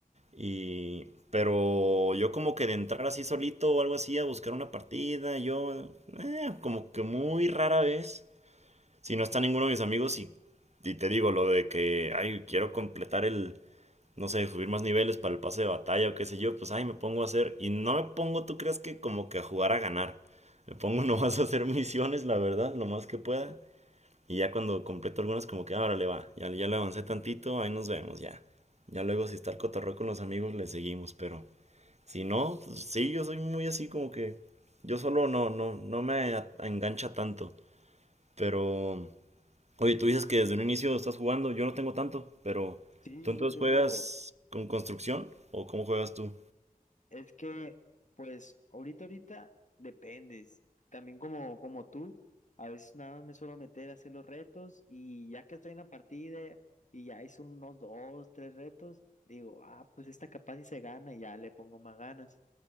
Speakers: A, on the right; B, on the left.
A: Y, pero yo como que de entrar así solito o algo así a buscar una partida, yo eh, como que muy rara vez, si no está ninguno de mis amigos y, y te digo lo de que, ay, quiero completar el, no sé, subir más niveles para el pase de batalla o qué sé yo, pues ay, me pongo a hacer y no me pongo, tú crees que como que a jugar a ganar, me pongo <laughs> nomás a hacer misiones, la verdad, lo más que pueda. Y ya cuando completo algunos, como que ahora le va. Ya, ya le avancé tantito, ahí nos vemos, ya. Ya luego, si está el cotorreo con los amigos, le seguimos. Pero si no, pues, sí, yo soy muy así como que. Yo solo no, no, no me engancha tanto. Pero. Oye, tú dices que desde un inicio estás jugando. Yo no tengo tanto, pero.
B: Sí,
A: ¿Tú entonces
B: yo tengo.
A: juegas con construcción? ¿O cómo juegas tú?
B: Es que, pues, ahorita, ahorita, dependes. También como, como tú, a veces nada más me suelo meter a hacer los retos y ya que estoy en la partida y ya hice unos dos, tres retos, digo, ah, pues esta capaz y se gana y ya le pongo más ganas.